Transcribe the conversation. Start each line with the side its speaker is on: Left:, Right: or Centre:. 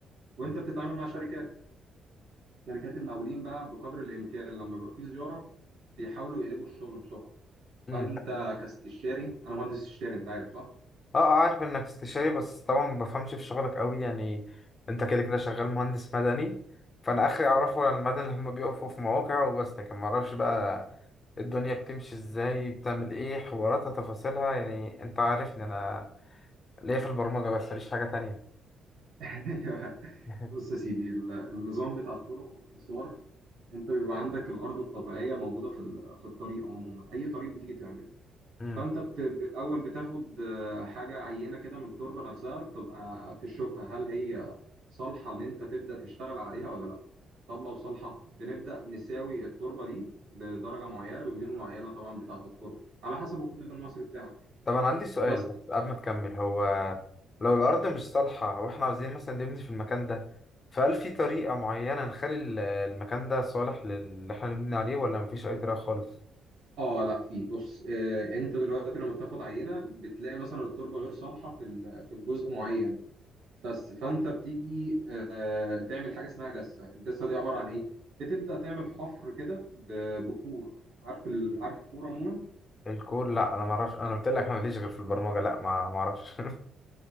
Right: وانت بتتعامل مع شركات شركات المقاولين بقى بقدر الامكان لما بيبقى في زياره بيحاولوا يقلبوا الشغل بسرعه
Left: امم
Right: فانت كاستشاري انا مهندس استشاري انت عارف صح
Left: اه اه، عارف انك استشاري بس طبعا ما بفهمش في شغلك قوي يعني انت كده كده شغال مهندس مدني فانا اخري اعرفه عن المدني اللي هم بيقفوا في مواقع وبس لكن ما اعرفش بقى الدنيا بتمشي ازاي بتعمل ايه حواراتها تفاصيلها يعني انت عارفني انا ليا في البرمجة بس ماليش حاجة تانية
Right: <laughs>
Left: <laughs>
Right: بص يا سيدي ال- النظام بتاع الطرق باختصار انت بيبقى عندك الارض الطبيعيه موجوده في ال- في الطريق عموما اي طريق بتيجي تعمله
Left: امم
Right: فانت بت... بالاول بتاخد آه، حاجه عينه كده من التربه نفسها تبقى تشوفها هل هي صالحه ان انت تبدا تشتغل عليها ولا لا طب لو صالحه بنبدا نساوي التربه دي لدرجه معينه بميول معينه طبعا بتاعه الطرق على حسب الكود المصري بتاعك
Left: طب انا عندي سؤال
Right: بس
Left: بس قبل ما تكمل هو لو الارض مش صالحة واحنا عاوزين مثلا نبني في المكان ده فهل في طريقة معينة نخلي ال- المكان ده صالح للي احنا نبني عليه ولا مفيش اي طريقة خالص؟
Right: اه لا في بص آه انت دلوقتي لما بتاخد عينه بتلاقي مثلا التربه غير صالحه في ال- في الجزء معين بس فانت بتيجي آه، تعمل حاجه اسمها جسه الجسه دي عباره عن ايه بتبدا تعمل حفر كده ب- بكور عارف ال... عارف الكور عموما
Left: الكور لا انا ما اعرفش انا قلت لك انا ماليش غير في البرمجه لا ما ما اعرفش <laughs>